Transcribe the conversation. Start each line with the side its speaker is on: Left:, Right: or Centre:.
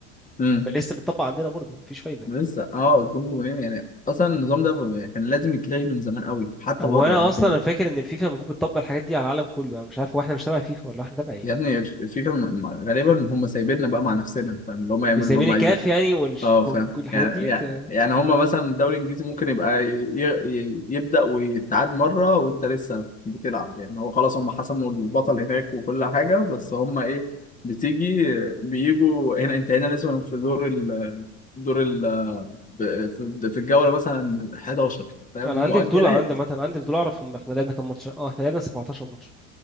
Left: امم
Centre: لسه بيتطبق عندنا برضه مفيش فايدة
Left: لسه اه الجون جونين يعني اصلا النظام ده كان لازم يتلغي من زمان قوي حتى
Centre: هو
Left: بره
Centre: انا
Left: انا
Centre: اصلا
Left: كنت
Centre: انا فاكر ان الفيفا المفروض بتطبق الحاجات دي على العالم كله انا مش عارف هو احنا مش تبع فيفا ولا احنا تبع ايه
Left: يا ابني الفيفا م- م- غالبا هم سايبيننا بقى مع نفسنا فاهم اللي هم
Centre: بيسمين
Left: يعملوا اللي هم
Centre: الكاف
Left: عايزينه
Centre: يعني والش-
Left: اه
Centre: كل
Left: فاهم
Centre: كل الحاجات
Left: يعني
Centre: دي
Left: يعني
Centre: ت-
Left: يعني هما مثلا الدوري الانجليزي ممكن يبقى ي... ي... يبدأ ويتعاد مرة وانت لسه بتلعب يعني هو خلاص هما حسموا البطل هناك وكل حاجة بس هما ايه بتيجي بيجوا هنا انت هنا لسه في دور ال دور ال ب- في في الجولة مثلا 11 فاهم
Centre: انا
Left: ومؤجلات
Centre: عندي فضول عندي مثلا عندي فضول اعرف هم احنا لعبنا كام ماتش اه احنا لعبنا 17 ماتش